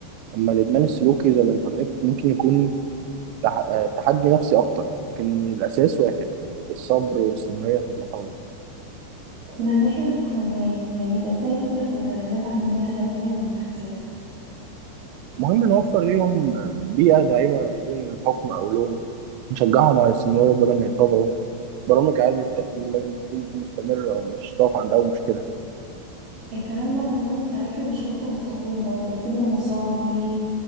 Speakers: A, on the right (about 80°); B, on the right (about 50°).
A: أما الإدمان السلوكي زي الإنترنت ممكن يكون تح... آه، تحدي نفسي أكتر لكن الأساس واحد الصبر والاستمرارية في المحاولة
B: من الناحية المجتمعية يعني ازاي نقدر ندعم الناس اللي بتعاني من الانتكاسات
A: مهم نوفر ليهم بيئة داعمة بدون حكم أو لوم نشجعهم على الاستمرار بدل ما يتراجعوا برامج إعادة التأهيل لازم تكون مستمرة ومش تقف عند أول مشكلة
B: الكلام ده معناه ان التعافي مش خط مستقيم برضه لكنه مسار وفيه